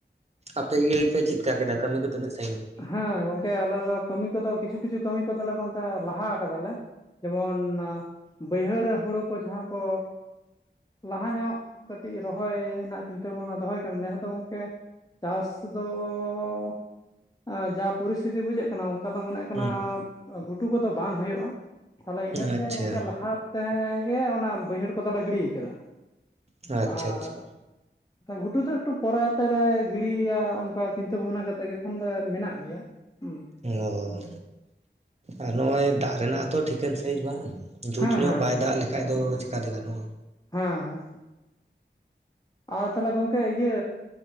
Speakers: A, on the right (about 35°); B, on the left (about 20°).
A: ᱟᱯᱮ ᱜᱮᱯᱮ ᱪᱮᱫ ᱠᱟ ᱠᱮᱫᱟ ᱠᱟᱹᱢᱤ ᱠᱚ ᱛᱤᱱᱟᱹᱜ ᱥᱟ‌.
B: ᱦᱮᱸ ᱜᱚᱝᱠᱮ ᱟᱞᱮ ᱫᱚ ᱠᱟᱹᱢᱤ ᱠᱚᱫᱚ ᱠᱤᱪᱷᱩ ᱠᱤᱪᱷᱩ ᱠᱟᱹᱢᱤ ᱠᱚᱫᱚᱞᱮ ᱮᱠᱷᱚᱱ ᱛᱚ ᱞᱟᱦᱟ ᱠᱟᱫᱟᱞᱮ ᱡᱮᱢᱚᱱ ᱵᱟᱹᱭᱦᱟᱹᱲ ᱨᱮ ᱦᱩᱲᱩ ᱠᱚ ᱡᱟᱦᱟᱸ ᱠᱚ ᱞᱟᱦᱟ ᱧᱚᱜ ᱠᱟᱹᱴᱤᱡ ᱨᱚᱦᱚᱭ ᱨᱮᱱᱟᱜ ᱪᱤᱱᱛᱟᱹ ᱵᱷᱟᱵᱽᱱᱟ ᱫᱚᱦᱚᱭ ᱠᱟᱱᱟ ᱱᱮᱥ ᱫᱚ ᱜᱚᱝᱠᱮ ᱪᱟᱥ ᱫᱚᱻ ᱡᱟ ᱯᱚᱨᱤᱥᱛᱷᱤᱛᱤ ᱵᱩᱡᱷᱟᱹᱜ ᱠᱟᱱᱟ ᱚᱱᱠᱟ ᱫᱚ ᱢᱚᱱᱮ ᱠᱟᱱᱟ
A: ᱦᱩᱸ
B: ᱜᱷᱩᱴᱩ ᱠᱚᱫᱚ ᱵᱟᱝ ᱦᱳᱭᱳᱜᱼᱟ ᱛᱟᱦᱚᱞᱮ ᱤᱱᱟᱹᱛᱮ
A: ᱟᱪᱪᱷᱟ
B: ᱜᱚᱝᱠᱮ ᱞᱟᱦᱟ ᱛᱮᱜᱮ ᱚᱱᱟ ᱵᱟᱹᱭᱦᱟᱹᱲ ᱠᱚᱫᱚᱞᱮ ᱜᱤᱲᱤ ᱠᱟᱫᱟ
A: ᱟᱪᱪᱷᱟ
B: ᱟᱨ
A: ᱟᱪᱪᱷᱟ
B: ᱜᱷᱩᱴᱩ ᱛᱮ ᱮᱠᱴᱩ ᱯᱚᱨᱮᱛᱮᱞᱮ ᱜᱤᱲᱤᱭᱮᱭᱟ ᱚᱱᱠᱟ ᱪᱤᱱᱛᱟᱹ ᱵᱷᱟᱵᱱᱟ ᱠᱟᱛᱮᱜ ᱜᱮ ᱮᱠᱷᱚᱱ ᱫᱚ ᱢᱮᱱᱟᱜ ᱜᱮᱭᱟ ᱦᱩᱸ
A: ᱚ ᱟᱨ ᱱᱚᱜᱼᱚᱭ ᱫᱟᱜ ᱨᱮᱱᱟᱜ ᱛᱚ ᱴᱷᱤᱠᱟᱹᱱ ᱥᱟᱭᱤᱡ ᱵᱟᱝ ᱡᱩᱛ
B: ᱦᱮᱸ
A: ᱧᱚᱜ
B: ᱦᱮᱸ
A: ᱵᱟᱭ ᱫᱟᱜ ᱞᱮᱠᱷᱟᱡ ᱫᱚ ᱪᱤᱠᱟᱛᱮ ᱜᱟᱱᱚᱜᱼᱟ
B: ᱦᱮᱸ ᱟᱨ ᱛᱟᱦᱚᱞᱮ ᱜᱚᱝᱠᱮ ᱤᱭᱟᱹ